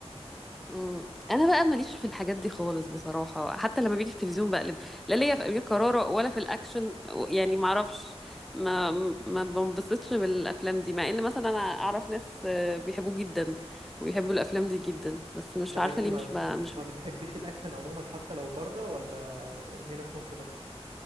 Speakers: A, in the centre; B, on the right.
A: أمم. انا بقى ماليش في الحاجات دي خالص بصراحه حتى لما بيجي في التلفزيون بقلب لا ليا في امير كرارة ولا في الاكشن و- يعني معرفش ما ما بنبسطش بالافلام دي مع ان مثلا انا اعرف ناس آه، بيحبوه جدا وبيحبوا الافلام دي جدا بس مش
B: طب
A: عارفه
B: انت
A: ليه
B: ما
A: مش ب... مش
B: ما بتحبيش الاكشن عموما حتى لو بره ولا هنا في مصر بس